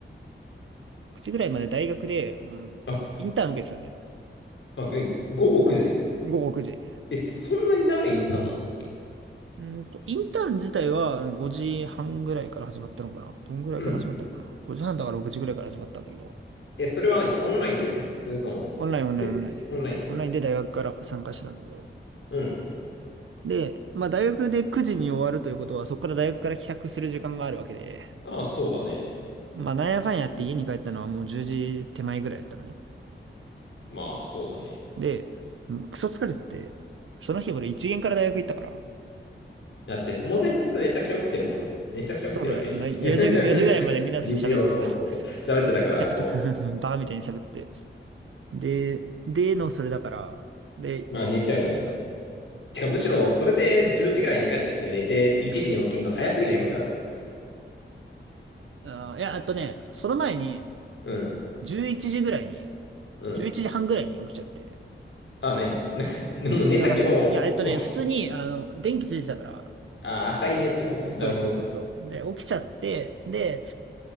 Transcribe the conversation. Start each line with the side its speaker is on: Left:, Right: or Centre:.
Right: 9時ぐらいまで大学で、あのインターン受けてたんだよね。
Left: あ、あ、何午後9時
Right: 午後9時。
Left: え、そんなに長いインターンなの
Right: うんと、インターン自体は5時半ぐらいから始まったのかなどんぐらいから始まったのかな
Left: うん。
Right: ?5 時半だから6時ぐらいから始まったんだけど、
Left: え、それは何オンラインでえそれとも、
Right: オンラインオンラインオンライン。
Left: 別、オンライン。
Right: オンラインで大学から参加してたんだけど。
Left: うん。
Right: で、まあ大学で9時に終わるということは、そこから大学から帰宅する時間があるわけで、
Left: ああ、そうだね。
Right: まあなんやかんやって家に帰ったのはもう10時手前ぐらいだったのね。
Left: まあ、そうだね。
Right: で、うんクソ疲れてて、その日俺1限から大学行ったから、
Left: だって、その前日めちゃくちゃ起きてるもん。めちゃくちゃ起きてるわけでしょ。
Right: そうだね、
Left: <laughs>
Right: 4時、4時ぐらいまでみんなと喋ってさ、
Left: 日曜、そうそうそう。
Right: <laughs> め
Left: 喋ってたから、
Right: ちゃくちゃ
Left: そ
Right: <laughs> バカみたいに喋って。で、での、それだから、で、
Left: う。
Right: そういつか。
Left: あ、寝ちゃうよね。てか、むしろ、それで10時ぐらいに帰ってきて寝て、1時に起きんの早すぎない復活が。
Right: あー、いや、あとね、その前に、
Left: うん、
Right: 11時ぐらいに、
Left: うん。
Right: 11時半ぐらいに起きちゃって。
Left: あ、何 <laughs> なんか、もう寝たけど、
Right: で、なんかね、いや、えっとね、
Left: 起き、
Right: 普通に、あの、電気ついてたから、
Left: あ、浅いねって感じね。
Right: そうそうそうそう。
Left: なるほどね。
Right: で、起きちゃって、で、